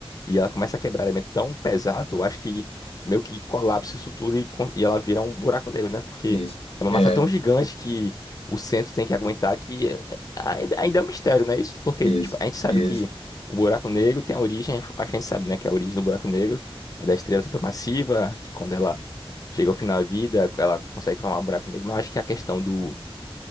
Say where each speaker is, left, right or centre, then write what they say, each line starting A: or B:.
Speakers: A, on the left (about 35°); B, on the left (about 85°).
A: e ela começa a quebrar elemento tão pesado, eu acho que meio que colapsa isso tudo e, con- e ela vira um buraco negro, né? Porque
B: Isso,
A: é uma
B: é,
A: massa tão gigante que o centro tem que aguentar que Ainda, ainda é um mistério, né? Isso porque
B: isso,
A: tipo, a gente sabe
B: isso,
A: que o buraco negro tem a origem, acho que a gente sabe, né? Que é a origem do buraco negro é da estrela supermassiva, que quando ela chega ao final da vida, ela consegue formar um buraco negro, mas eu acho que a questão do,